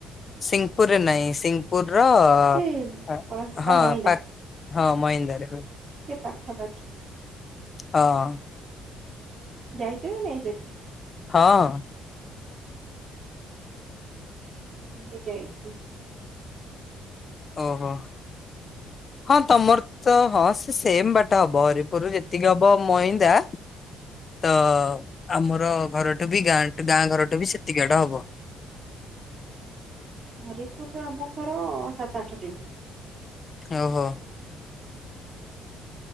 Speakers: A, on the left; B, on the right.
A: ସିଂପୁରରେ ନାଇଁ ସିଂପୁର
B: ସେ
A: ର
B: କଣ ସେଟା
A: ହଁ
B: ମଇଦା
A: ପା ହଁ ମହେନ୍ଦାରେ।
B: ସେ ପାଖାପାଖି।
A: ହଁ।
B: ଯାଇଚ କି ନାଇଁ ସେଠି।
A: ହଁ।
B: ମୁଁ ବି ଯାଇଚି।
A: ଓହୋ।
B: <inaudible>
A: ହଁ ତମର ତ ହଁ ସେ ସେମ୍ ବାଟ ହବ ହରିପୁର ଯେତିକି ହବ ମଇନ୍ଦା ତ ଆମର ଘରଠୁ ବି ଗାଁ-ଗାଁ ଘରଠୁ ବି ସେତିକି ବାଟ ହବ।
B: ହରିପୁରରୁ ଆମ ଘର ସାତ, ଆଠ କିଲୋମିଟର।
A: ଓହୋ।